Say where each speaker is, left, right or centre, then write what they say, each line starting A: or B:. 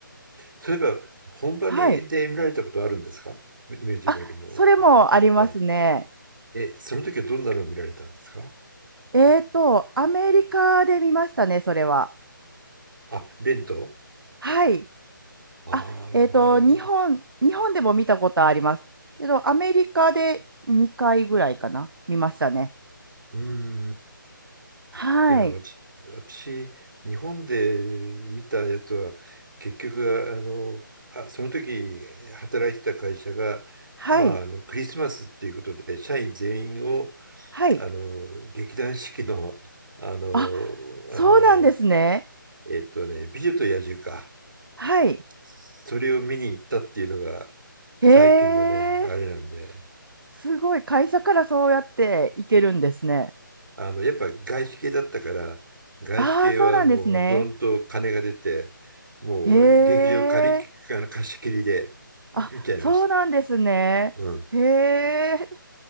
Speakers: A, on the right; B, on the right.
A: そういえば、本場にで見られたことあるんですかミミュージカルの舞
B: はい。あ、それもありますね。
A: 台。え、その時はどんなのを見られたんですか
B: えーと、アメリカで見ましたね、それは。
A: あ、レント
B: はい。
A: ああなるほど。
B: あ、えーと、日本、日本でも見たことあります。けど、アメリカで2回ぐらいかな、見ましたね。
A: うん。
B: はい。
A: いや、私、私日本で見たやつは、結局、あの、あ、その時働いてた会社が、
B: はい。
A: まあ、あの、クリスマスっていうことで、社員全員を
B: はい。
A: あの、劇団四季の、あの、
B: あ、そうなんですね。
A: あの、えっとね、美女と野獣か。
B: はい。
A: それを見に行ったっていうのが最近のね、
B: へえ、
A: あれなんで、
B: すごい。会社からそうやって行けるんですね。
A: あの、やっぱ外資系だったから、外資系はもうどんと金が出て、
B: ああ、そうなんですね。
A: もう劇場借り、
B: へえ。
A: あの貸し切りで見、
B: あ、
A: 見ちゃいました。
B: そうなんですね。
A: うん。
B: へえ。